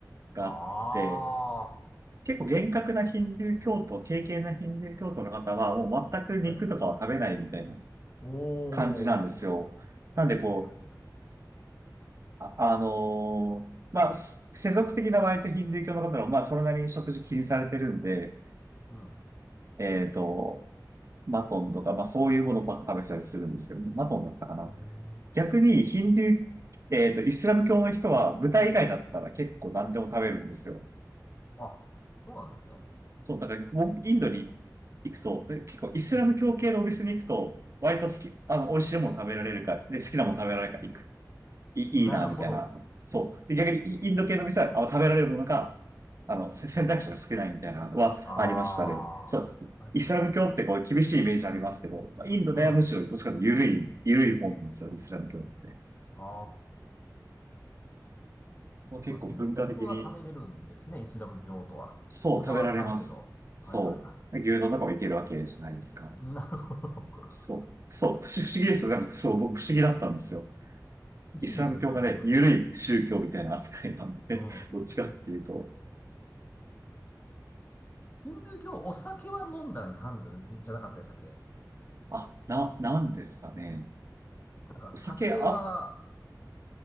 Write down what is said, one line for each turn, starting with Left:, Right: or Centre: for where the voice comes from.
Right: があって、
Left: ああ。
Right: 結構厳格なヒンディー教徒、敬虔なヒンディー教徒の方は、もう全く肉とかは食べないみたいな
Left: はい。おー。
Right: 感じなんですよ。なんでこう、
Left: はいはいはい
Right: あ、あのーまあ、す世俗的な割とヒンディー教の方は、まあ、それなりに食事気にされてるんで、
Left: うん。
Right: えっと、マトンとか、まあ、そういうものばっか食べてたりするんですけど、マトンだったかな。
Left: うーん。
Right: 逆にヒンドゥー、えっと、イスラム教の人は豚以外だったら結構何でも食べるんですよ。
Left: はいあ、そうなんですね。
Right: そう、だから僕、インドに行くと、で結構イスラム教系のお店に行くと、
Left: うん。
Right: 割と好き、あの、美味しいもの食べられるから、で、好きなもの食べられるから行く。いい、
Left: なるほど。
Right: いいな、みたいな。そう。で、逆にイインド系の店は、あ食べられるものが、あの、せ選択肢が少ないみたいなのはありましたね。
Left: ああ。
Right: そう。
Left: はいはい。
Right: イスラム教ってこう厳しいイメージありますけど、まあインドではむしろどっちかというと緩い、
Left: うん。あ
Right: 緩い方なんですよ、イスラム教って。
Left: あ。
Right: もう結構文化的に
Left: そう牛肉は食べれるんですね、イスラム教徒は。
Right: そう、
Left: 豚はあかんけど。
Right: 食べられます。そう。
Left: はいはいはい。
Right: 牛丼とかもいけるわけじゃないですか。
Left: なるほど。
Right: そう。
Left: <laughs>
Right: そう。不思不思議ですよ。なんか、そう、僕不思議だったんですよ。
Left: 不思議ですよね、
Right: イスラム教がね、
Left: 本当に。
Right: 緩い宗教みたいな扱いなんで、
Left: うん。
Right: <laughs> どっちかっていうと、
Left: ヒンドゥー教、お酒は飲んだらいかんのじゃなかったでしたっけ
Right: あ、な、なんですかね。
Left: なんか酒は
Right: お酒、あ、